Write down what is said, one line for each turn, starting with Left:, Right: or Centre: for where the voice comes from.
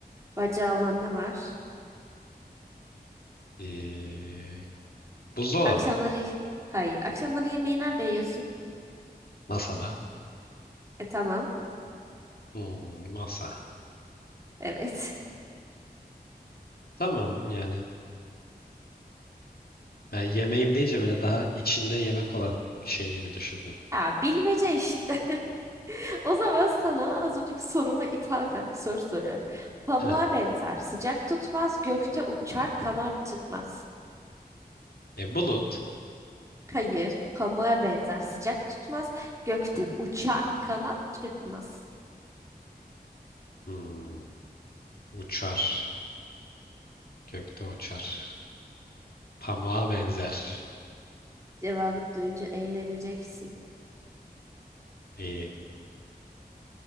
Right: Bacağı olan ne var?
Left: ee, buzdolabı
Right: Akşamları
Left: mı?
Right: hayır. Akşamları yemeği nerede yiyorsun?
Left: Masada.
Right: E tamam.
Left: Hmm, masa.
Right: Evet. <laughs>
Left: Tamam yani. Ben yemeğim deyince böyle daha içinde yemek olan şey gibi düşündüm.
Right: Ya bilmece işte. <laughs> O zaman sana az önceki soruma ithafen bir soru soruyorum. Pamuğa
Left: Heh.
Right: benzer, sıcak tutmaz, gökte uçar, kanat çırpmaz.
Left: E, bulut.
Right: Hayır, pamuğa benzer, sıcak tutmaz, gökte uçar, kanat çırpmaz.
Left: Hmm, uçar. Gökte uçar. Pamuğa benzer.
Right: Cevabı duyunca eğleneceksin.
Left: Ee,